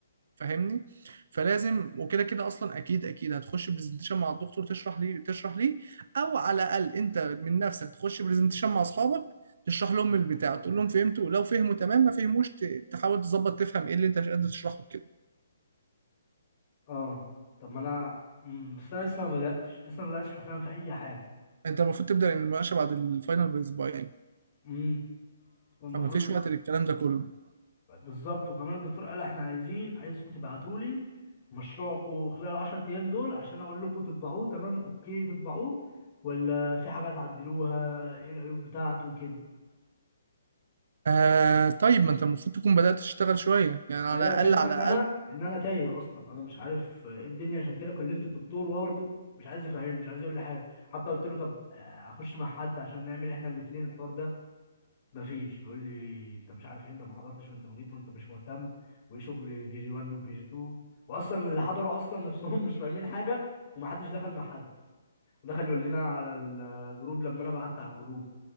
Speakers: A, on the right (about 50°); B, on the left (about 25°).
A: فاهمني فلازم وكده كده اصلا اكيد اكيد هتخش برزنتيشن مع الدكتور تشرح ليه تشرح ليه او على الاقل انت من نفسك تخش برزنتيشن مع اصحابك تشرح لهم البتاع تقول لهم فهمتوا لو فهموا تمام ما فهموش ت- تحاول تظبط تفهم ايه اللي انت مش قادر تشرحه كده
B: اه طب ما انا امم بس انا لسه ما بداتش لسه ما بداتش حرفيا في اي حاجه
A: انت المفروض تبدا المناقشه بعد الفاينل باسبوعين
B: امم والمفروض
A: فما فيش وقت للكلام ده كله
B: بالظبط وكمان الدكتور قال احنا عايزين عايزكم تبعتوا لي مشروعكم خلال 10 ايام دول عشان اقول لكم تطبعوه تمام اوكي تطبعوه ولا في حاجه تعدلوها ايه العيوب بتاعته وكده
A: آه طيب ما انت المفروض تكون بدات تشتغل شويه يعني
B: ما
A: على
B: هي
A: الاقل
B: الفكره
A: على
B: ان
A: الاقل
B: انا ان انا تايه اصلا انا مش عارف ايه الدنيا عشان كده كلمت الدكتور وهو برضه مش عايز يفهمني مش عايز يقول لي حاجه حتى قلت له طب آه، اخش مع حد عشان نعمل احنا الاثنين الحوار ده مفيش بيقول لي انت مش عارف ايه انت ما حضرتش وانت بغيت وانت مش مهتم وايه شغل كي جي 1 وكي جي 2 واصلا اللي حضروا اصلا <laughs> نفسهم مش فاهمين حاجه ومحدش دخل مع حد ودخل يقول لنا على الجروب لما انا بعت على الجروب